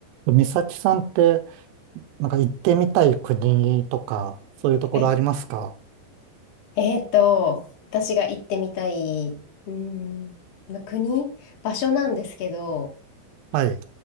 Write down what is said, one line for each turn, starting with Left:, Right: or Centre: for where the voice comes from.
Right: 美咲さんって、なんか行ってみたい国とか、そういうところありますか
Left: はい。えーと、私が行ってみたい、うーん、まあ国、場所なんですけど、
Right: はい。